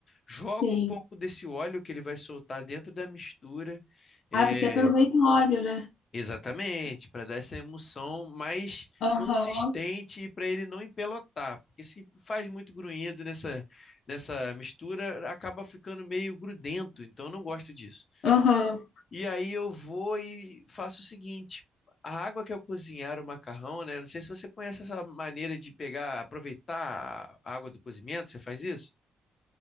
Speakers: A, on the left; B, on the left.
A: jogo
B: Sim.
A: um pouco desse óleo que ele vai soltar dentro da mistura,
B: Ah,
A: é,
B: você aproveita o óleo, né?
A: exatamente, para dar essa emulsão mais
B: Aham.
A: consistente para ele não empelotar, porque se faz muito grunhido nessa, nessa mistura, acaba ficando meio grudento, então eu não gosto disso.
B: Aham.
A: E aí eu vou e faço o seguinte: a água que eu cozinhar o macarrão, né? Não sei se você conhece essa maneira de pegar, aproveitar a água do cozimento, você faz isso?